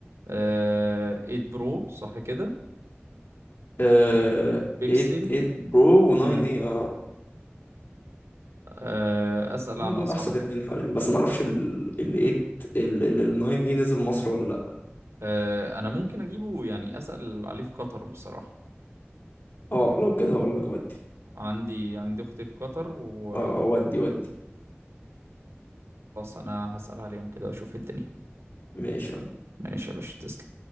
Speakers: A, on the right; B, on the left.
A: آه 8 برو صح كده
B: آه...
A: وبيكسل
B: 8 8 برو و9
A: مم.
B: اي اه
A: آه أسأل
B: هما
A: عن
B: دول
A: أسعارهم
B: احسن اتنين حاليا بس ما اعرفش ال ال 8 ال ال 9 اي نزل مصر ولا لا
A: آه أنا ممكن أجيبه يعني أسأل عليه في قطر بصراحة
B: اه لو كده هقول لك ودي
A: عندي عندي أختي في قطر وخلاص
B: اه آه، ودي ودي
A: أنا هسأل عليهم كده وأشوف الدنيا
B: ماشي يلا.
A: ماشي يا باشا تسلم